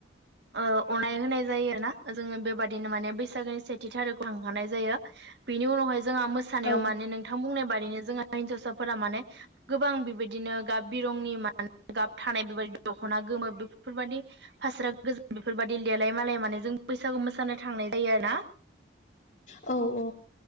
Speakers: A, on the right; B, on the left.
A: ओ अनाय होनाय जायो ना जोङो बेबादिनो माने बैसागोनि सेथि थारिकखौ लांहानाय जायो। बिनि उनावहाय जोंहा मोसानायाव
B: औ
A: मानोे नोंथां बुंनाय बादिनो जोंहा हिन्जावसाफोरा माने गोबां बेबायदिनो गाब बिरंनि माने गाब थानाय बेबाय दख'ना गोमो बेफोरबायाददि फास्रा गोजान बेफोरबायदि देलाय मालाय माने जों बैसागु मोसाना थांनाय जायो आरोना
B: औ औ